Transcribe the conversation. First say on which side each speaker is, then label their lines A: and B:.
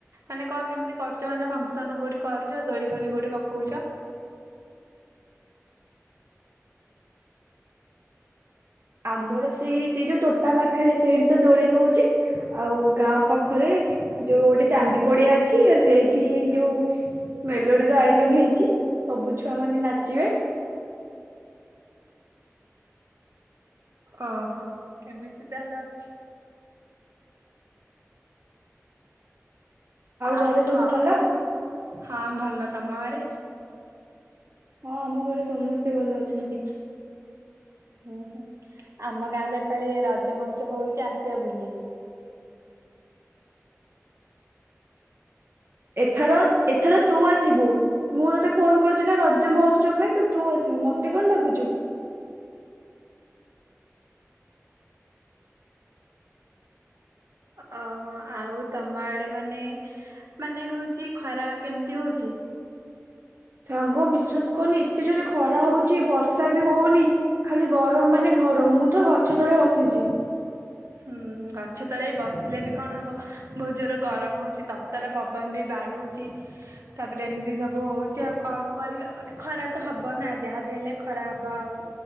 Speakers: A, on the right (about 65°); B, on the right (about 50°).
A: ମାନେ କଣ କେମିତି କରୁଛ ମାନେ ଫଙ୍କସନ୍ କୋଉଠି କରୁଚ ଦୋଳି ଫୋଳି କୋଉଠି ପକଉଛ?
B: ଆମର ସେଇ ସେଇ ଯୋଉ ତୋଟା ପାଖରେ ସେଇଟି ତ ଦୋଳି ହଉଛି। ଆଉ ଗାଁ ପାଖରେ ଯୋଉ ଗୋଟେ ଚାନ୍ଦି ପଡିଆ ଅଛି ସେଇ ଠି
A: ହୁଁ
B: ଯୋଉ ମେଲୋଡ଼ିର ଆୟୋଜନ ହେଇଛି ସବୁ ଛୁଆ ମାନେ ନାଚିବେ।
A: ଅହୋ ଏମିତି ତାହେଲେ ଅଛି। ଆଉ
B: ଘରେ ସବୁ
A: କଣ
B: ଭଲ?
A: ହଁ ଭଲ, ତମ ଘରେ?
B: ହଁ ଆମ ଘରେ ସମସ୍ତେ ଭଲ ଅଛନ୍ତି।
A: ହୁଁ ହୁଁ, ଆମ ଗାଁଆକୁ ଏପାଳି ରଜ ମହୋତ୍ସବ ହଉଛି ଆସିବ ବୁଲି।
B: ଏଥର, ଏଥର ତୁ ଆସିବୁ। ମୁଁ ତତେ ଫୋନ୍ କରିଛି ନା ରଜ ମହୋତ୍ସବ ପାଇଁ ତ ତୁ ଆସିବୁ ମତେ କଣ ଡାକୁଚୁ।
A: ଓହଁ, ଆଉ ତମ ଆଡ଼େ ମାନେ, ମାନେ ହଉଛି ଖରା ଆଉ କେମିତି ହଉଛି?
B: ସାଙ୍ଗ ବିଶ୍ଵାସ କର୍ ନି ଏତେ ଜୋରେ ଖରା ହଉଛି ବର୍ଷା ବି ହଉନି। ଖାଲି ଗରମ ମାନେ ଗରମ, ମୁଁ ତ ଗଛ ତଳେ ବସିଛି।
A: ହୁଁ ଗଛ ତଳେ ବସିଲେ ବି କଣ ହବ ବହୁତ ଜୋରେ ଗରମ ହଉଛି, ତତଲା ପବନ ବି ବାଡ଼ଉଚି। ତାପରେ ଏମିତି ସବୁ ହଉଛି ଆଉ କଣ କରିବା ମାନେ ଖରା ତ ହବ ନା ଯାହାବି ହେଲେ ଖରା ହବ ଆଉ।